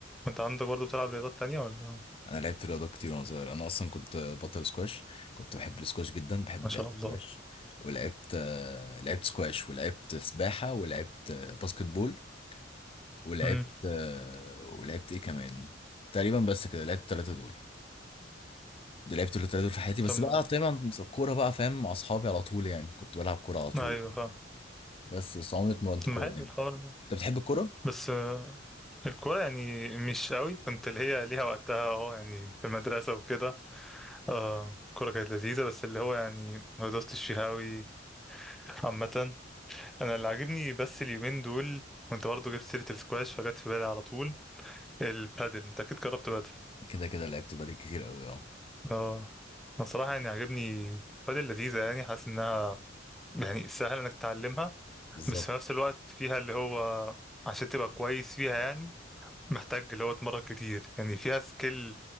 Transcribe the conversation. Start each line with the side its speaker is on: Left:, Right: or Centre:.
Centre: وانت عندك برضه بتلعب رياضات تانية ولا
Left: أنا لعبت رياضات كتير وأنا صغير أنا أصلا كنت بطل سكواش كنت بحب السكواش جدا بحب
Centre: ما شاء
Left: لعبة
Centre: الله
Left: سكواش ولعبت آه، لعبت سكواش ولعبت سباحة ولعبت آه، باسكت بول ولعبت
Centre: امم
Left: آه، ولعبت إيه كمان تقريبا بس كده لعبت التلاتة دول ده لعبت التلاتة دول في حياتي بس
Centre: تم
Left: بقى طبعا الكورة بقى فاهم مع أصحابي على طول يعني كنت بلعب كورة على طول
Centre: ايوه
Left: يعني
Centre: فاهم
Left: بس بس عمري اتمرنت
Centre: طب
Left: كورة
Centre: ما حلو
Left: يعني
Centre: الحوار
Left: أنت بتحب الكورة؟
Centre: بس آه، الكورة يعني مش قوي كنت اللي هي ليها وقتها اه يعني في المدرسة وكده آه، الكورة كانت لذيذة بس اللي هو يعني ما دوستش فيها قوي عامة أنا اللي عاجبني بس اليومين دول كنت برضه جبت سيرة السكواش فجت في بالي على طول البادل أنت أكيد جربت بادل
Left: كده كده لعبت بادل كتير قوي اه
Centre: اه أنا صراحة يعني عاجبني بادل لذيذة يعني حاسس إنها يعني سهل إنك تتعلمها
Left: بالظبط
Centre: بس في نفس الوقت فيها اللي هو عشان تبقى كويس فيها يعني محتاج اللي هو اتمرن كتير يعني فيها سكيل